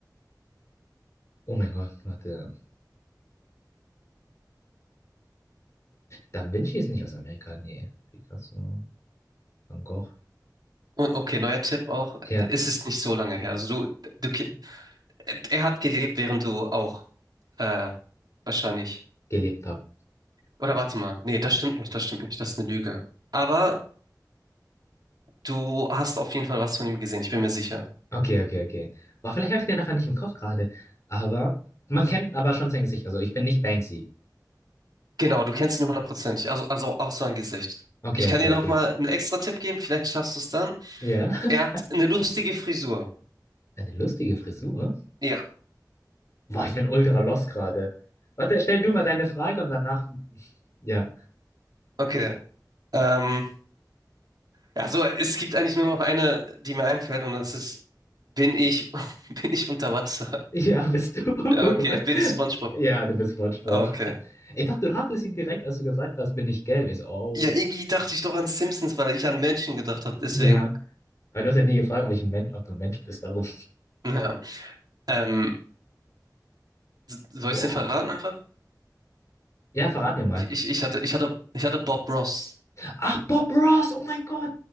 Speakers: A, on the left; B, on the right.
A: oh mein Gott, warte. Da Vinci ist nicht aus Amerika, nee. Picasso, Van Gogh.
B: Und okay, neuer Tipp auch,
A: Ja,
B: es ist nicht so lange her. Also du, du, ki- er hat gelebt, während du auch, äh, wahrscheinlich.
A: gelebt haben.
B: Oder warte mal. Nee, das stimmt nicht, das stimmt nicht, das ist eine Lüge. Aber du hast auf jeden Fall was von ihm gesehen, ich bin mir sicher.
A: Okay, okay, okay. Boah, vielleicht habe ich den einfach nicht im Kopf gerade. Aber man kennt aber schon sein Gesicht. Also ich bin nicht Banksy.
B: Genau, du kennst ihn hundertprozentig, also, also auch sein Gesicht.
A: Okay,
B: Ich kann
A: okay,
B: dir noch
A: okay.
B: mal einen extra Tipp geben, vielleicht schaffst du es dann.
A: Ja. <laughs>
B: Er hat eine lustige Frisur.
A: Eine lustige Frisur.
B: Ja,
A: Boah, ich bin ultra lost gerade. Warte, stell du mal deine Frage und danach. <laughs> Ja.
B: okay. Ähm, also es gibt eigentlich nur noch eine, die mir einfällt und das ist, bin ich, <laughs> bin ich unter Wasser?
A: Ja, bist du. <laughs>
B: Ja, Okay, bin ich SpongeBob?
A: Ja, du bist Wortschwupp.
B: Okay.
A: Ich dachte, du hattest ihn direkt, als du gesagt hast, bin ich gelb. Ich so, oh.
B: Ja, irgendwie dachte ich doch an Simpsons, weil ich an Menschen gedacht habe, deswegen.
A: Ja. Aber du hast ja nie gefragt, ob ich ein Mensch, ob du ein Mensch bist, darum.
B: Ja. Ähm, s- soll
A: Boah.
B: ich dir verraten einfach?
A: Ja, verrat mir mal.
B: Ich, ich, ich hatte, ich hatte, ich hatte Bob Ross.
A: Ach, Bob Ross, oh mein Gott.